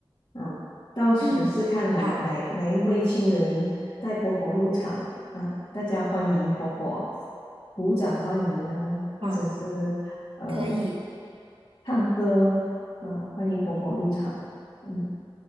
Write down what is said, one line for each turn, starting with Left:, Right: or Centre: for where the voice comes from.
Left: 啊，到时是看哪哪哪一位亲人带婆婆入场啊，
Right: 嗯，好
Left: 大家欢迎婆婆，鼓掌欢迎啊，或者是呃
Right: 好，可以
Left: 唱歌啊，欢迎婆婆入场。嗯，